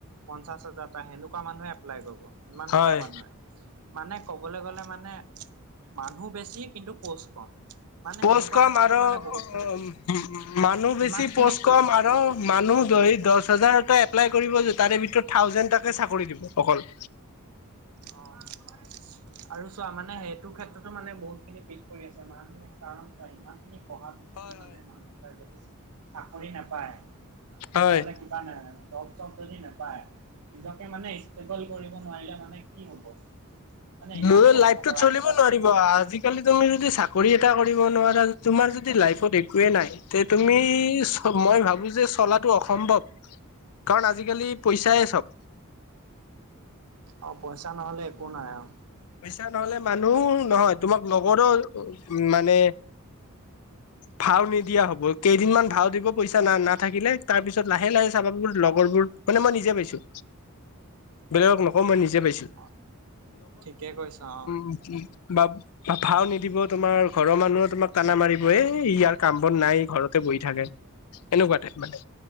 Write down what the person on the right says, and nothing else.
পঞ্চাশ হাজাৰটা সেনেকুৱা মানুহে এপ্লাই কৰিব ইমান
কেইটা মানুহে মানে ক'বলৈ গ'লে মানে মানুহ বেছি কিন্তু পোষ্ট কম। মানে
সেনেকুৱা
ক্ষেত্ৰতো
মানে বহুত খিনি
পিছ
ইমান খিনি
অ', আৰু চোৱা মানে সেইটো ক্ষেত্ৰতো মানে বহুত খিনি পিছপৰি আছে মানে কাৰণ চোৱা ইমান খিনি পঢ়াৰ পিছতো
মানে মানুহ এটাই যদি চাকৰি নাপায়
তেনেহলে <unintelligible> জব-চপ যদি নাপায়, নিজকে মানে ষ্টেবল কৰিব নোৱাৰিলে মানে কি হ'ব? মানে
ইমান কষ্ট
কৰাৰ
পিছত
অ', পইচা নহলে একো নাই আৰু।
অ', ঠিকে কৈছা অ',